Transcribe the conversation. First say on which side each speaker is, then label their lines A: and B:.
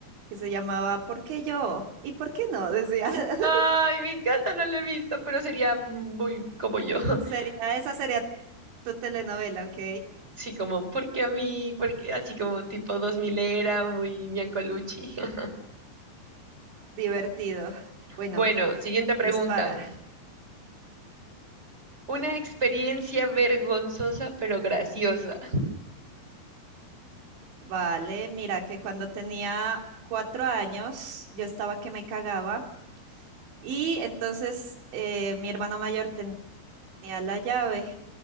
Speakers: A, on the right; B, on the right.
A: que se llamaba ¿Por qué yo? ¿Y por qué no? Decía. <laughs>
B: Ay, me encanta, no lo he visto, pero sería muy como yo. <laughs>
A: Sería, esa sería tu telenovela, ok.
B: Sí, como, ¿por qué a mí? Porque así como tipo 2000 era, muy miacoluchi. <laughs>
A: Divertido. Bueno,
B: Bueno, siguiente pregunta.
A: dispara.
B: Una experiencia vergonzosa pero graciosa.
A: Vale, mira que cuando tenía cuatro años yo estaba que me cagaba y entonces eh, mi hermano mayor ten- tenía la llave